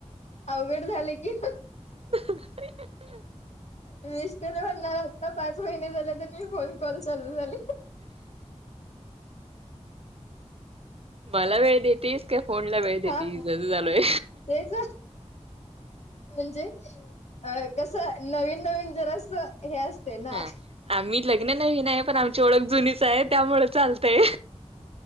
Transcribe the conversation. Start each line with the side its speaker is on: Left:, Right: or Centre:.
Left: अवघड झाले की.
Right: <inaudible>
Left: मिस्टर म्हणणार आता पाच महिने झालेत आणि फोन कॉल चालू झाले.
Right: मला वेळ देत तीस काय फोनला वेळ देतीस
Left: हा हा
Right: अस झालंय.
Left: तेच म्हणजे अ कसं नवीन नवीन जरासं हे असते ना.
Right: हा आम्ही लग्न नवीन आहे पण आमची ओळख जुनीच आहेत. त्यामुळे चालतय.